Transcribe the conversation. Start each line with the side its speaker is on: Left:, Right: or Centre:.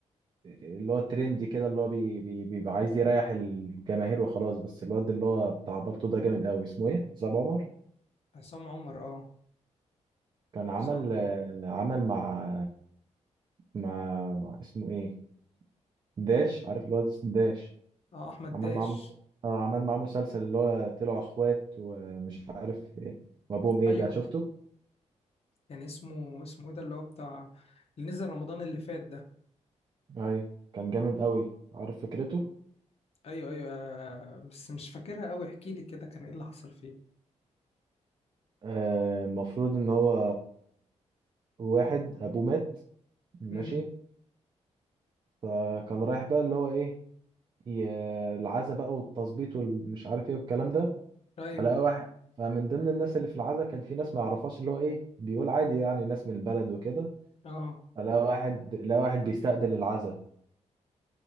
Right: اللي هو ترندي كده اللي هو بي بي بيبقى عايز يريح الجماهير وخلاص بس الواد اللي هو بتاع بالطو ده جامد قوي اسمه ايه حسام عمر
Left: عصام عمر اه
Right: كان عمل
Left: عصام
Right: آه، عمل مع مع اسمه ايه داش عارف الواد اسمه داش
Left: اه احمد
Right: عمل
Left: داش
Right: معاه مس... آه عمل معاه مسلسل اللي هو طلعوا اخوات ومش عارف ايه وابوهم ايه
Left: ايوه
Right: ده شفته
Left: كان اسمه اسمه ايه ده اللي هو بتاع اللي نزل رمضان اللي فات ده
Right: ايوه كان جامد قوي عارف فكرته
Left: ايوه ايوه آه، بس مش فاكرها قوي احكي لي كده كان ايه اللي حصل فيه
Right: آه، المفروض ان هو واحد ابوه مات ماشي
Left: امم
Right: فكان رايح بقى اللي هو ايه ي- العزا بقى والتظبيط والمش عارف ايه والكلام ده
Left: ايوه
Right: فلقى واحد فمن ضمن الناس اللي في العزا كان في ناس ما يعرفهاش اللي هو ايه بيقول عادي يعني ناس من البلد وكده
Left: اه
Right: فلقى واحد لقى واحد بيستقبل العزا